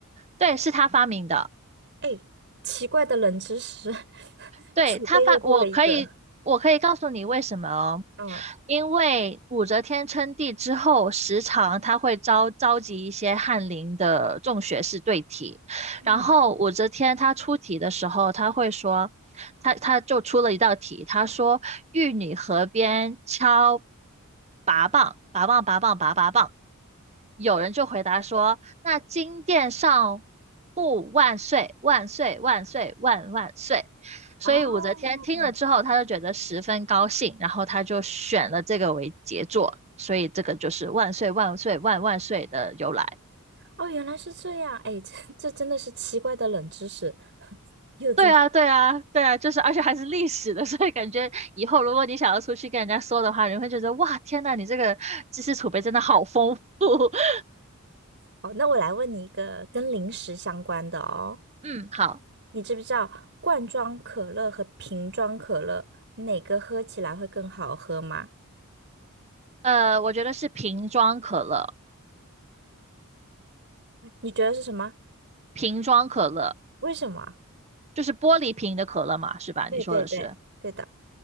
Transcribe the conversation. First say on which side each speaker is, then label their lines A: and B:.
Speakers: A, on the right; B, on the right.
A: 对，是他发明的。
B: 哎，奇怪的冷知识，<laughs>
A: 对，
B: 储备又多了一个。
A: 他发，我可以，我可以告诉你为什么哦，
B: 嗯
A: 因为武则天称帝之后，时常他会召召集一些翰林的众学士对题，
B: 嗯
A: 然后武则天她出题的时候，她会说，她她就出了一道题，她说玉女河边敲拔棒，拔棒拔棒拔拔棒。有人就回答说：“那金殿上护万岁，万岁，万岁，万万岁。”所以武则天听了之后，
B: 啊哦
A: 她就觉得十分高兴，然后她就选了这个为杰作，所以这个就是“万岁，万岁，万万岁”的由来。
B: 哦，原来是这样。哎，这这真的是奇怪的冷知识，又增加。
A: 对啊，对啊，对啊，就是而且还是历史的，<laughs> 所以感觉以后如果你想要出去跟人家说的话，你会觉得哇，天呐，你这个知识储备真的好丰富。<laughs>
B: 好，那我来问你一个跟零食相关的哦。
A: 嗯，好，
B: 你知不知道罐装可乐和瓶装可乐哪个喝起来会更好喝吗？
A: 呃，我觉得是瓶装可乐，
B: 你觉得是什么？
A: 瓶装可乐。
B: 为什么？
A: 就是玻璃瓶的可乐嘛，是吧？
B: 对对对，
A: 你说的是，
B: 对的。